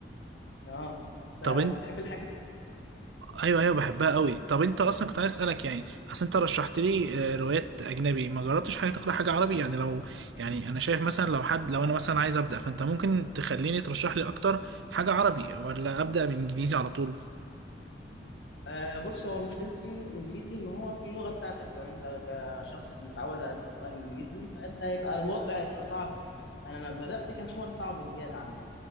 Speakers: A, on the left; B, on the right.
A: اه
B: طب
A: انت أنت بتحب الحاجات
B: ايوه ايوه بحبها قوي طب انت اصلا كنت عايز اسالك يعني اصل انت رشحت لي آه، روايات اجنبي ما جربتش حاجه تقرا حاجه عربي يعني لو يعني انا شايف مثلا لو حد لو انا مثلا عايز ابدا فانت ممكن تخليني ترشح لي اكتر حاجه عربي ولا ابدا بانجليزي على طول
A: آه بص هو مشكلة الإنجليزي إن هو في اللغة بتاعتك لو أنت كشخص متعود على أن تقرأ إنجليزي فأنت هيبقى الموضوع هيبقى صعب يعني أنا لما بدأت كان حوار صعب زيادة عني